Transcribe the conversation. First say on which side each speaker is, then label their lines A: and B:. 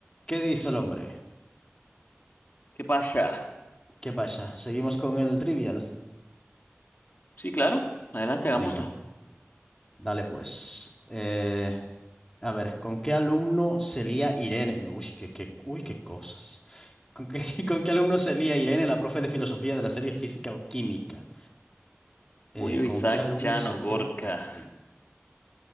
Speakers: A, on the left (about 15°); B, on the left (about 40°).
A: ¿Qué dice el hombre?
B: ¿Qué pasa?
A: ¿Qué pasa? ¿Seguimos con el trivial?
B: Sí, claro. Adelante, hagámoslo.
A: Venga, dale pues. Eh, a ver, ¿con qué alumno se lía Irene? Uy, qué, qué- uy, qué cosas. ¿Con qué, <laughs> con qué alumno se lía Irene, la profe de filosofía de la serie Física o Química? Eh,
B: Julio,
A: ¿con
B: Isaac,
A: qué alumno
B: Llano,
A: se lía
B: Gorka.
A: Irene?